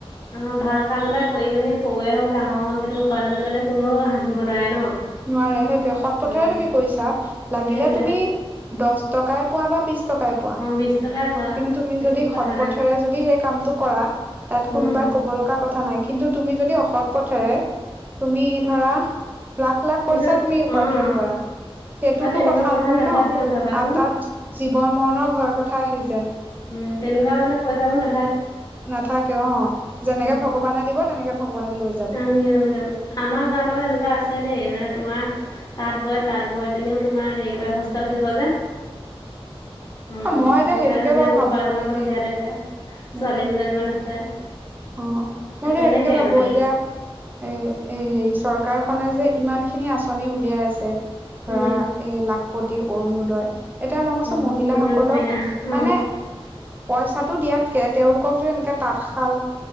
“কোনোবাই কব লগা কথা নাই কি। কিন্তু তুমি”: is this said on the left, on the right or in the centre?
Right